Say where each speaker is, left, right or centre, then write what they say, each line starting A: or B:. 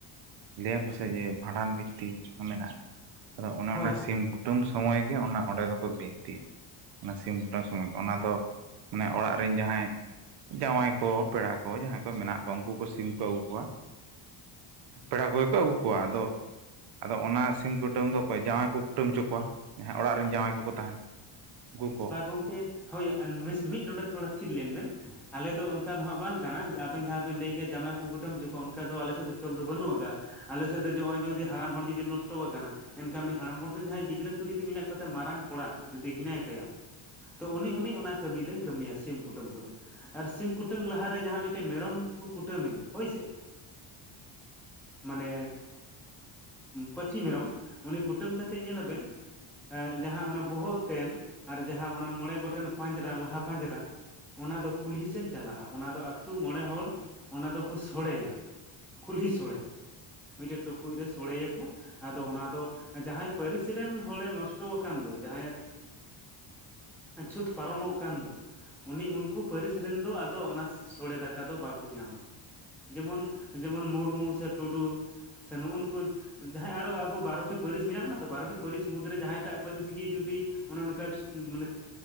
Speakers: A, on the right (about 55°); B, in the centre.
A: ᱞᱟᱹᱭ ᱟᱠᱚ ᱥᱮ ᱡᱮ ᱵᱷᱟᱸᱰᱟᱱ ᱵᱤᱱᱛᱤ ᱦᱚᱸ ᱢᱮᱱᱟᱜᱼᱟ ᱟᱫᱚ ᱚᱱᱮ
B: ᱦᱳᱭ
A: ᱚᱱᱟ
B: ᱦᱳᱭ
A: ᱥᱤᱢ ᱠᱩᱴᱟᱹᱢ ᱥᱚᱢᱚᱭ ᱜᱮ ᱚᱱᱟ ᱚᱸᱰᱮ ᱫᱚᱠᱚ ᱵᱤᱱᱛᱤᱭᱟ᱾ ᱚᱱᱟ ᱥᱤᱢ ᱠᱩᱴᱟᱹᱢ ᱥᱚᱢᱚᱭ ᱚᱱᱟ ᱫᱚ ᱢᱟᱱᱮ ᱚᱲᱟᱜ ᱨᱮᱱ ᱡᱟᱦᱟᱸᱭ ᱡᱟᱶᱟᱭ ᱠᱚ ᱯᱮᱲᱟ ᱠᱚ ᱡᱟᱦᱟᱸᱭ ᱠᱚ ᱢᱮᱱᱟᱜ ᱠᱚᱣᱟ ᱩᱱᱠᱩ ᱠᱚ ᱥᱤᱢ ᱠᱚ ᱟᱹᱜᱩ ᱠᱚᱣᱟ᱾ ᱯᱮᱲᱟ ᱠᱚᱜᱮ ᱠᱚ ᱟᱹᱜᱩ ᱠᱚᱣᱟ ᱟᱫᱚ ᱟᱫᱚ ᱚᱱᱟ ᱥᱤᱢ ᱠᱩᱴᱟᱹᱢ ᱫᱚ ᱚᱠᱚᱭ ᱡᱟᱶᱟᱭ ᱠᱚ ᱠᱩᱴᱟᱹᱢ ᱦᱚᱪᱚ ᱠᱚᱣᱟ ᱡᱟᱦᱟᱸ ᱚᱲᱟᱜ ᱨᱮᱱ ᱡᱟᱶᱟᱭ ᱠᱚ ᱠᱚ ᱛᱟᱦᱮᱱᱟ᱾ ᱩᱱᱠᱩ ᱠᱚ
B: ᱵᱟ ᱜᱚᱝᱠᱮ ᱦᱳᱭ ᱢᱤᱫ ᱰᱚᱸᱰᱮ ᱛᱷᱚᱲᱟ ᱛᱷᱤᱨ ᱞᱮᱱ ᱵᱮᱱ ᱟᱞᱮ ᱫᱚ ᱚᱱᱠᱟ ᱫᱚ ᱦᱟᱸᱜ ᱵᱟᱝ ᱠᱟᱱᱟ ᱟᱵᱮᱱ ᱡᱟᱦᱟᱸ ᱵᱮᱱ ᱞᱟᱹᱭ ᱠᱮᱜᱼᱟ ᱡᱟᱢᱟᱭ ᱠᱚ ᱠᱩᱴᱟᱹ ᱦᱚᱪᱚ ᱠᱚᱣᱟ ᱚᱱᱠᱟ ᱫᱚ ᱟᱞᱮᱥᱮᱫ ᱫᱚ ᱪᱚᱞ ᱫᱚ ᱵᱟᱹᱱᱩᱜ ᱟᱠᱟᱫᱟ᱾ ᱟᱞᱮ ᱥᱮᱫ ᱫᱚ ᱱᱚᱜᱼᱚᱭ ᱡᱩᱫᱤ ᱦᱟᱲᱟᱢ ᱦᱚᱲ ᱡᱩᱫᱤ ᱱᱚᱥᱴᱚ ᱟᱠᱟᱱᱟ᱾ ᱮᱱᱠᱷᱟᱱ ᱩᱱᱤ ᱦᱟᱲᱟᱢ ᱦᱚᱲ ᱫᱚ ᱡᱟᱦᱟᱸᱭ ᱜᱤᱫᱽᱨᱟᱹ ᱠᱚ ᱡᱩᱫᱤ ᱢᱮᱱᱟᱜ ᱠᱚ ᱛᱟᱭᱟ ᱢᱟᱨᱟᱝ ᱠᱚᱲᱟ ᱡᱩᱫᱤ ᱦᱮᱱᱟᱭ ᱛᱟᱭᱟ᱾ ᱛᱚ ᱩᱱᱤ ᱩᱱᱤ ᱚᱱᱟ ᱠᱟᱹᱢᱤ ᱫᱚᱭ ᱠᱟᱹᱢᱤᱭᱟ ᱥᱤᱢ ᱠᱩᱴᱟᱹᱢ ᱠᱚᱫᱚ ᱟᱨ ᱥᱤᱢ ᱠᱩᱴᱟᱹᱢ ᱞᱟᱦᱟᱨᱮ ᱡᱟᱦᱟᱸ ᱢᱤᱫᱴᱮᱱ ᱢᱮᱨᱚᱢ ᱠᱚ ᱠᱩᱴᱟᱹᱢᱮ ᱫᱚ ᱦᱳᱭ ᱥᱮ ᱢᱟᱱᱮ ᱯᱟᱹᱴᱷᱤ ᱢᱮᱨᱚᱢ ᱩᱱᱤ ᱠᱩᱴᱟᱹᱢ ᱠᱟᱛᱮᱫ ᱧᱮᱞ ᱟᱵᱮᱱ᱾ ᱮ ᱡᱟᱦᱟᱸ ᱚᱱᱟ ᱵᱚᱦᱚᱜ ᱛᱮᱱ ᱟᱨ ᱡᱟᱦᱟᱸ ᱚᱱᱟ ᱢᱚᱬᱮ ᱜᱚᱴᱮᱱ ᱯᱟᱸᱡᱽᱨᱟ ᱞᱟᱦᱟ ᱯᱟᱸᱡᱽᱨᱟ᱾ ᱚᱱᱟ ᱫᱚ ᱠᱩᱞᱦᱤ ᱥᱮᱱ ᱪᱟᱞᱟᱜᱼᱟ ᱚᱱᱟ ᱫᱚ ᱟᱛᱳ ᱢᱚᱬᱮ ᱦᱚᱲ ᱚᱱᱟ ᱫᱚᱠᱚ ᱥᱚᱲᱮᱭᱟ ᱠᱩᱞᱦᱤ ᱥᱚᱲᱮ ᱢᱤᱫᱴᱮᱱ ᱴᱩᱠᱩᱡ ᱨᱮ ᱥᱳᱲᱮᱭᱟᱠᱚ᱾ ᱟᱫᱚ ᱚᱱᱟ ᱫᱚ ᱡᱟᱦᱟᱸᱭ ᱯᱟᱹᱨᱤᱥ ᱨᱮᱱ ᱦᱚᱲᱮ ᱱᱚᱥᱴᱚ ᱟᱠᱟᱱ ᱫᱚ ᱡᱟᱦᱟᱸᱭᱟᱜ ᱪᱷᱩᱸᱛ ᱯᱟᱨᱚᱢᱚᱜ ᱠᱟᱱ ᱫᱚ ᱩᱱᱤ ᱩᱱᱠᱩ ᱯᱟᱹᱨᱤᱥ ᱨᱮᱱ ᱫᱚ ᱟᱫᱚ ᱚᱱᱟ ᱥᱚᱲᱮ ᱫᱟᱠᱟ ᱫᱚ ᱵᱟᱠᱚ ᱧᱟᱢᱟ ᱡᱮᱢᱚᱱ ᱡᱮᱢᱚᱱ ᱢᱩᱨᱢᱩ ᱥᱮ ᱴᱩᱰᱩ ᱥᱮ ᱱᱩᱜ-ᱩ ᱱᱩᱠᱩ ᱡᱟᱦᱟᱸᱭ ᱟᱨᱚ ᱟᱵᱚ ᱵᱟᱨᱚᱴᱤ ᱯᱟᱹᱨᱤᱥ ᱢᱮᱱᱟᱜ ᱵᱚᱱᱟ᱾ ᱵᱟᱨᱚᱴᱤ ᱯᱟᱹᱨᱤᱥ ᱢᱩᱫᱽᱨᱮ ᱡᱟᱦᱟᱸᱭᱴᱟᱜ ᱯᱟᱹᱨᱤᱥ ᱜᱮ ᱡᱩᱫᱤ ᱚᱱᱮ ᱚᱱᱠᱟ ᱢᱟᱱᱮ